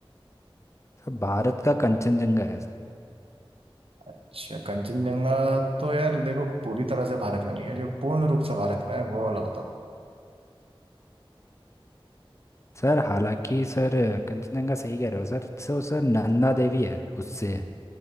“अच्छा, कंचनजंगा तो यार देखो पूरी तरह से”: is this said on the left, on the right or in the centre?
Right